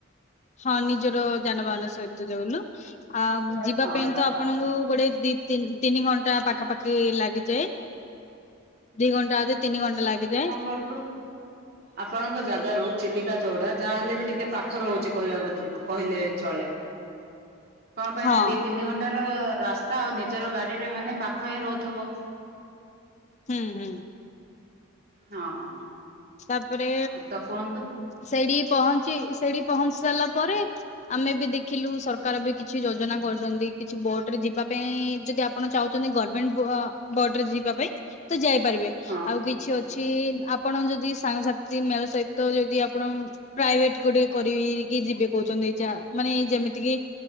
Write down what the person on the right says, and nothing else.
ଓହୋ।
କଛ ଆପଣଙ୍କ ଜାଗ ରୁ ଚିଲିକା ଯୋଉଡା ଯାହାହଲେ ବି ଟିକେ ପାଖ ରହୁଚି କହିବାକୁ କହିଲେ ଚଳେ। କଣ ପାଇଁନା
ଦ ତିନି ଘଣ୍ଟା ର ରାସ୍ ଆଉ ନିଜର ଗାଡିରେ ମାନେ ପାଖ ହିଁ ରହୁଥିବ।
ହଁ।
ତ କୁହନ୍ତୁ
ହଁ